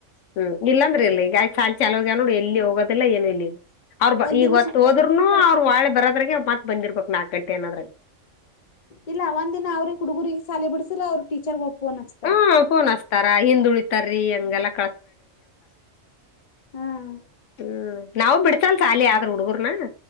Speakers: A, on the left (about 75°); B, on the left (about 45°).
A: ಹ್ಮ್ ಇಲ್ಲಾಂದ್ರಿ ಇಲ್ಲ ಈಗ ಚಾ ಚಲ್ಯ ನೋಡಿ ಎಲ್ಲಿ ಹೋಗದ <unintelligible> ಅವ್ರ ಬ
B: ಒಂದಿನ
A: ಈಗ ಹೊತ್ತತ್ತು
B: ಸುಟ್ಟ
A: ಹೋದ್ನು ಅವ್ ಒಳೆ ಬರೋರೆ ಮತ್ ಬಂದಿರ್ಬೇಕಕ್ ನಾಲ್ಕಕ್ ಗಂಟೆ ಏನಾದ್ರ
B: ಇಲ್ಲ ಒಂದ ದಿನ ಅವ್ರಿಗೆ ಹುಡುಗರಿಗೆ ಸಾಲಿ ಬಿಡಿಸಸ್ರೆ ಅವ್ರರು ಟೀಚರ್ ಹೋಗ್ ಫೋನ್ ಹಚ್ಚು
A: ಹ್ಮ ಕೋನ್ಸ್ತಾರ ಹಿಂದು ಉಳಿತಾರೀ ಹಂಗಲ್ಲ
B: ಹ್ಮ್
A: ಹ್ಮ್ ನಾವವು ಬಿಡ್ತಲ್ ಸಾಲಿ ಆದ್ರ ಹುಡುಗರ್ನ